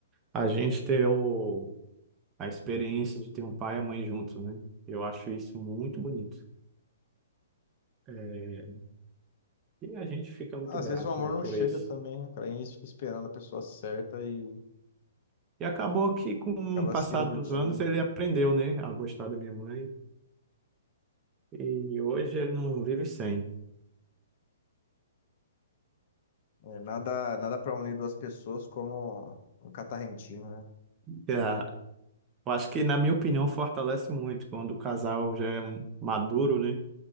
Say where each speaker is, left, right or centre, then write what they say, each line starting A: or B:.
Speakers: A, on the right; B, on the left.
A: a gente ter o, a experiência de ter um pai e a mãe juntos, né? Eu acho isso muito bonito. É, e a gente fica muito
B: Às
A: grato,
B: vezes o amor
A: né,
B: não
A: por
B: chega
A: isso.
B: também, né, cara? A gente fica esperando a pessoa certa e
A: E acabou que, com
B: acaba
A: o passar
B: se iludindo.
A: dos anos, ele aprendeu, né, a gostar da minha mãe. E hoje ele não vive sem.
B: É, nada, nada para unir duas pessoas como um catarrentinho, né?
A: É, Eu acho que, na minha opinião, fortalece muito quando o casal já é um- maduro, né?